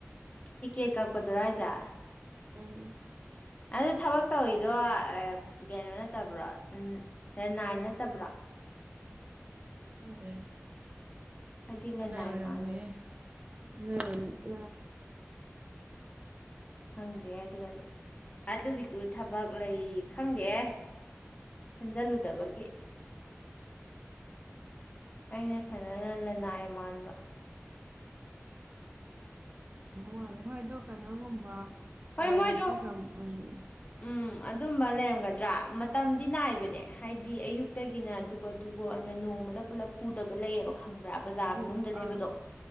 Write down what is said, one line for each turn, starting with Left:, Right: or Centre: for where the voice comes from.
Left: ꯇꯤꯛꯀꯦꯠ ꯀꯛꯄꯗꯨꯔꯥ ꯍꯥꯏꯖꯦ
Right: ꯎꯝ
Left: ꯑꯗꯨ ꯊꯕꯛ ꯇꯧꯋꯗꯣ ꯀꯩꯅꯣ ꯅꯠꯇꯕ꯭ꯔꯣ ꯔꯅꯥꯏ ꯅꯠꯇꯕ꯭ꯔꯣ
Right: ꯈꯪꯗꯦ
Left: ꯍꯥꯏꯗꯤ ꯂꯅꯥꯏ
Right: ꯑꯅꯥꯏ ꯑꯣꯏꯔꯝꯃꯨꯍꯦ
Left: ꯃꯥꯜꯂꯨꯔꯦ
Right: <unintelligible>
Left: ꯈꯪꯗꯦ ꯑꯗꯨꯒ ꯑꯗꯨꯒꯤꯁꯨ ꯊꯕꯛ ꯂꯩ ꯈꯪꯗꯦꯍꯦ ꯈꯟꯖꯜꯂꯨꯗꯕꯒꯤ ꯑꯩꯅ ꯈꯟꯅꯅ ꯂꯅꯥꯏ ꯃꯥꯟꯕ
Right: ꯃꯥꯜꯂꯦ ꯃꯣꯏꯗꯣ ꯀꯩꯅꯣꯒꯨꯝꯕ
Left: ꯍꯣꯏ
Right: ꯄ꯭ꯔꯥꯏꯚꯦꯠꯀꯤ
Left: ꯃꯣꯏꯁꯨ
Right: ꯀꯝꯄꯅꯤ
Left: ꯎꯝ ꯑꯗꯨꯝꯕ ꯂꯩꯔꯝꯒꯗ꯭ꯔꯥ ꯃꯇꯝꯗꯤ ꯅꯥꯏꯕꯅꯦ ꯍꯥꯏꯗꯤ ꯑꯌꯨꯛꯇꯒꯤꯅ ꯑꯗꯨꯕꯨ ꯑꯗꯨꯕꯨ ꯑꯅ ꯅꯣꯡꯃꯗ ꯄꯨꯂꯞ ꯄꯨꯗꯕ ꯂꯩꯌꯦꯕ ꯈꯪꯕ꯭ꯔꯥ ꯕꯖꯥꯔ
Right: ꯄꯨ
Left: ꯃꯅꯨꯡꯗ ꯂꯩꯕꯗꯣ
Right: ꯑꯥ